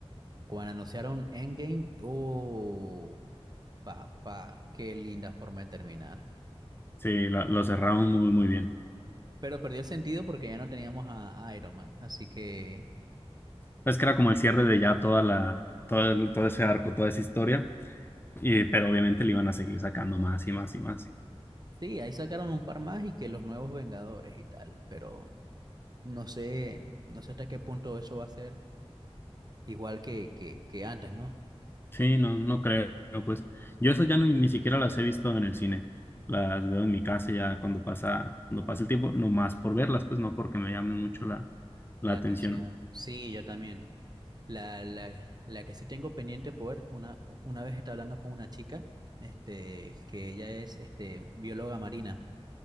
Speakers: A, on the right; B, on the left.
A: Cuando anunciaron Endgame, oh, papá, qué linda forma de terminar.
B: sí, lo, lo cerraron muy, muy bien.
A: Pero perdió el sentido porque ya no teníamos a, a Iron Man. Así que
B: Pues que era como el cierre de ya toda la, todo, el- todo ese arco, toda esa historia, y, pero obviamente le iban a seguir sacando más y más y más. Sí,
A: sí, ahí sacaron un par más y que los nuevos Vengadores y tal. Pero no sé, no sé hasta qué punto eso va a ser igual que, que, que antes, ¿no?
B: Sí, no, no creo, pues. Yo eso ya no- ni siquiera las he visto en el cine. Las veo en mi casa ya cuando pasa, cuando pasa el tiempo, nomás por verlas, pues no porque me llamen mucho la, la
A: La
B: atención.
A: atención. Sí, yo también. La, la, la que sí tengo pendiente poder, una, una vez estaba hablando con una chica, este, que ella es este, bióloga marina,